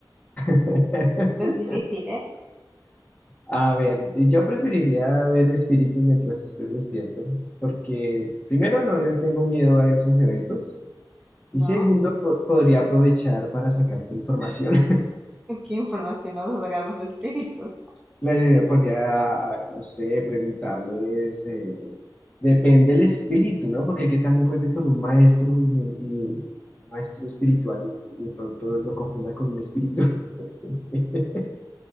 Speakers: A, on the left; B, in the centre.
A: <laughs>
B: Es difícil, ¿eh?
A: A ver, yo preferiría ver espíritus mientras estoy despierto, porque primero no les tengo miedo a esos eventos y
B: ¿No?
A: segundo po- podría aprovechar para sacar información.
B: <laughs> ¿Qué información vas a sacar los espíritus?
A: Le podría, no sé, preguntarles, eh, depende del espíritu, ¿no? Porque qué tal me encuentre con un maestro y, me- y un maestro espiritual y de pronto lo confunda con un espíritu. <laughs>